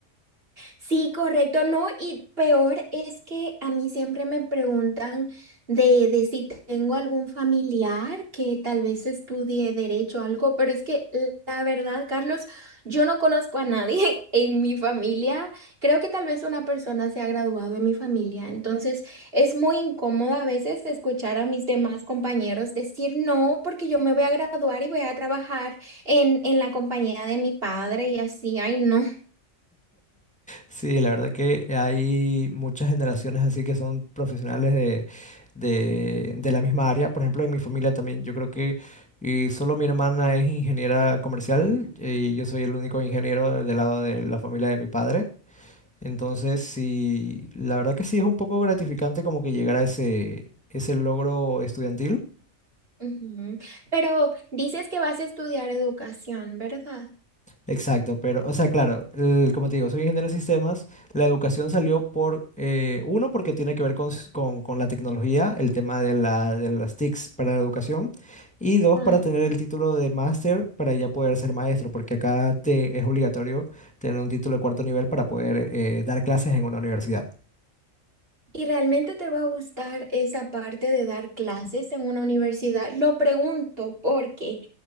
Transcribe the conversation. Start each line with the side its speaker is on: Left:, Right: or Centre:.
Right: Sí, correcto, no, y peor es que a mí siempre me preguntan de, de si tengo algún familiar que tal vez estudie derecho o algo, pero es que la verdad, Carlos, yo no conozco a nadie <laughs> en mi familia. Creo que tal vez una persona se ha graduado en mi familia, entonces es muy incómodo a veces escuchar a mis demás compañeros decir no, porque yo me voy a graduar y voy a trabajar en, en la compañía de mi padre y así, ay, no.
Centre: Sí, la verdad que hay muchas generaciones así que son profesionales de, de, de la misma área. Por ejemplo, en mi familia también, yo creo que eh, solo mi hermana es ingeniera comercial eh, y yo soy el único ingeniero de- del lado de la familia de mi padre. Entonces, sí, la verdad que sí es un poco gratificante como que llegar a ese, ese logro estudiantil.
Right: Ujú. Pero dices que vas a estudiar educación, ¿verdad?
Centre: Exacto, pero, o sea, claro, el- como te digo, soy ingeniero de sistemas. La educación salió por, eh, uno, porque tiene que ver con, s- con- con la tecnología, el tema de la, de las TICs para la educación, y dos,
Right: Ah,
Centre: para tener el título de máster para ya poder ser maestro, porque acá te, es obligatorio tener un título de cuarto nivel para poder eh, dar clases en una universidad.
Right: ¿y realmente te va a gustar esa parte de dar clases en una universidad? Lo pregunto porque